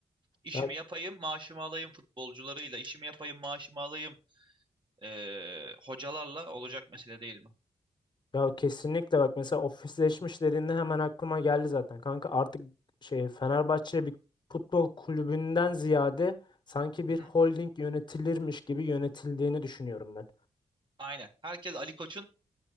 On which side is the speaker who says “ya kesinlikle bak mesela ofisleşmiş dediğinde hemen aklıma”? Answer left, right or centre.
Left